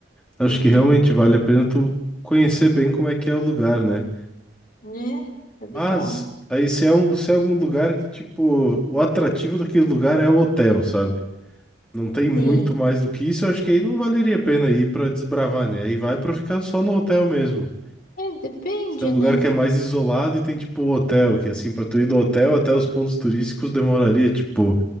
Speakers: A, in the centre; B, on the left.
A: acho
B: Uhum.
A: que realmente vale a pena tu conhecer bem como é que é o lugar, né?
B: né? É legal?
A: Mas aí se é um, se é algum lugar que tipo, o atrativo daquele lugar é o hotel, sabe? Não tem muito
B: Sim.
A: mais do que isso, eu acho que aí não valeria a pena ir pra desbravar, né? Aí vai pra ficar só no hotel mesmo.
B: É, depende,
A: Se é um lugar
B: né?
A: que é mais isolado e tem tipo hotel, que assim, pra tu ir do hotel até os pontos turísticos demoraria tipo